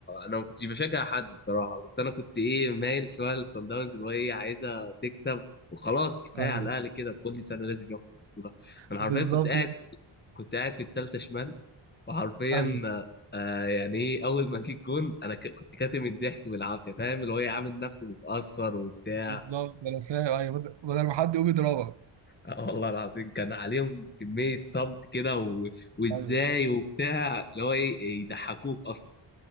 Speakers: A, on the left; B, on the right.
A: انا ما كنتش بشجع حد بصراحه بس انا كنت ايه مايل شويه لصن داونز اللي هو ايه عايزه تكسب وخلاص كفايه
B: ايوه
A: على الاهلي كده كل سنه لازم ياخد البطوله انا حرفيا
B: بالظبط
A: كنت قاعد كنت قاعد في الثالثه شمال وحرفيا
B: ايوه
A: آه يعني ايه اول ما جيت جون انا ك- كنت كاتم الضحك بالعافيه فاهم اللي هو إيه، عامل نفسي متاثر وبتاع
B: بالظبط انا فاهم ايوه بدل بدل ما حد يقوم يضربك
A: آه والله العظيم كان عليهم كميه صمت كده و... وازاي
B: ايوه
A: وبتاع اللي هو ايه يضحكوك اصلا